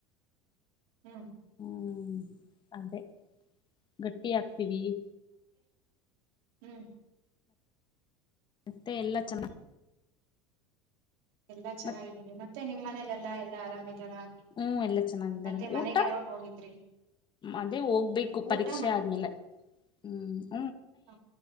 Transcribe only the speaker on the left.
ಹ್ಮ ಅದೇ ಗಟ್ಟಿ ಆಗ್ತಿದಿ ಈ
ಮತ್ತೆ ಎಲ್ಲ ಚೆನ್ನ
ಮತ್
ಹ್ಮ್ ಎಲ್ಲಾ ಚೆನ್ನಾಗಿದ್ದಾರೆ
ಊಟ
ಅದೇ ಹೋಗ್ಬೇಕು ಪರೀಕ್ಷೆ
ಆದ್ಮೇಲೆ ಹ್ಮ.